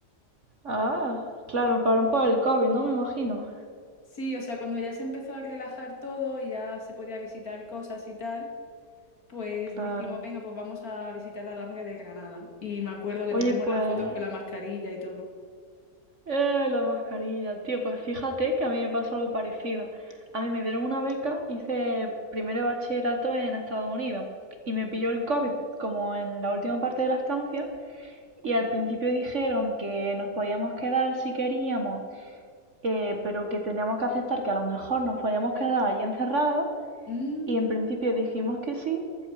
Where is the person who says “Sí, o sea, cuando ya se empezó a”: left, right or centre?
Left